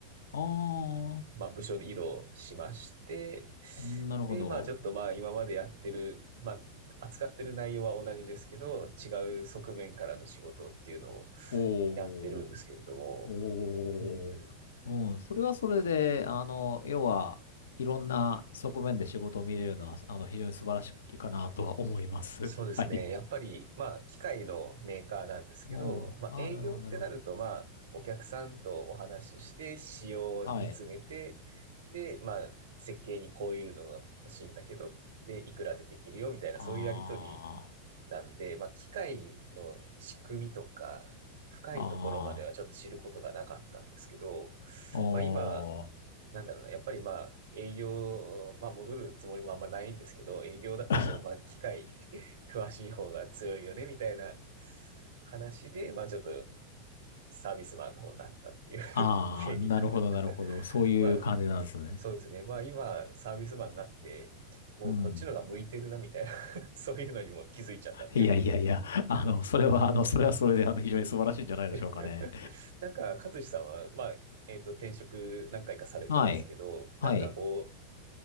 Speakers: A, on the left; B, on the right.
A: あ
B: まあ部署で移動しまして、
A: あ、なるほど。
B: で、まあちょっとまあ今までやってる、まあ扱ってる内容は同じですけど、違う側面からの仕事っていうのを
A: おう、
B: やってるんですけれども、
A: おう、
B: うん。
A: うん、それはそれで、あの、要は、いろんな側面で仕事を見れるのは、あの、非常に素晴らしいかなとは思います。
B: そうですね。
A: <laughs> はい。
B: やっぱり、まあ、機械のメーカーなんですけど、
A: うん。ああ、
B: まあ、営業ってなると、
A: なるほど、なるほど。
B: まあ、お客さんとお話しして、仕様に詰めて、
A: はい。
B: で、まあ、設計にこういうのが欲しいんだけど、で、いくらでできるよ、みたいな、
A: あ
B: そういうやりとりなんで、まあ、機械の仕組みとか、深いところまではちょっと知ることがなかったんですけど、
A: あ、ああ、
B: まあ、今、
A: おー。
B: なんだろうな、やっぱりまあ、営業、まあ戻るつもりもあんまないんですけど、営業だとしてもまあ、
A: <laughs>
B: 機械 <laughs> 詳しい方が強いよね、みたいな話で、まあちょっとサービスマンの方になったっていう
A: ああ、
B: <laughs> 経緯が
A: なるほど、なるほど。
B: <laughs>
A: そういう感じなんですね。
B: まあ、そうですね。まあ今、サービスマンになって、もうこっちのが向いてるな、
A: うん。
B: みたいな <laughs> そういうのにも気づいちゃったんで
A: いやいやいや、あの、それは、あの、それはそれで、あの、非常に素晴らしいんじゃないでしょうかね。
B: <laughs> なんか、勝志さんは、まあ、えっと、転職何回かされてますけど、
A: はい。はい。
B: なんかこう、